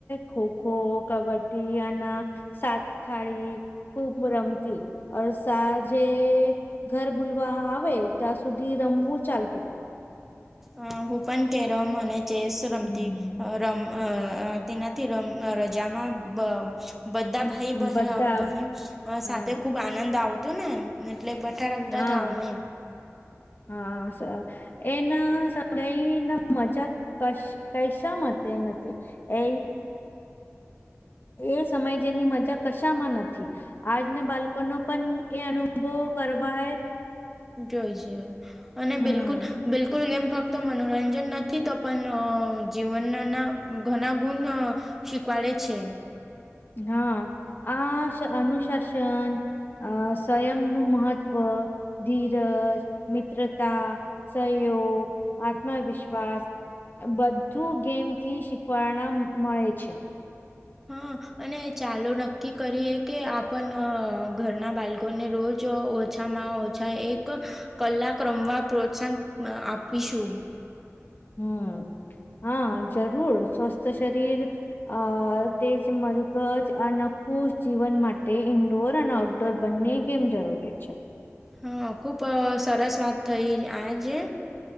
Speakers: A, on the left; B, in the centre.
A: ખોખો કબડ્ડી અને સાત ખાળી ખૂબ રમતી અર સાજે ઘર બોલવા આવે ત્યાં સુધી રમવું ચાલતું તુ
B: અ હુ પન કેરમ અને ચેસ રમતી
A: હમ
B: રમ અ તેનાથી રમ રજામાં બ બધા
A: હમ
B: ભાઈ બ
A: બધા
B: બહીન
A: હા
B: સાથે ખુબ આનંદ આવતો ને. એટલે બઠા રમતા
A: હા
B: હતા અમે.
A: હા સર એના સમય ના મજા કશ. કૈસા મ નથી એ. એ સમય જેની મજા કશામાં નથી. આજના બાળકો નો પણ એ અનુભવ કરવાય
B: જોઈ છે અને
A: હમ
B: બિલકુલ. બિલકુલ ગેમ ફક્ત મનોરંજન નથી તો પણ અ જીવનના ઘણા ગુણ અ શીખવાડે છે.
A: હા આ સ અનુશાસન અ સંયમ નું મહત્વ, ધીરજ, મિત્રતા. સહયોગ આત્મવિશ્વાસ. બધું ગેમથી શીખવાના મળે છે.
B: હા અને ચાલો નક્કી કરીએ કે આપન ઘરના બાળકોને રોજ. છામાં ઓછા એક કલાક રમવા પ્રોત્સાહન આપીશું.
A: હમ હા જરૂર સ્વસ્થ શરીર. અ તેજ મગજ અન ખુશ જીવન માટે ઇન્ડોર અ ટોર બંને કેમ જરૂરી છે.
B: હા ખૂબ સરસ વાત થઈ આજે.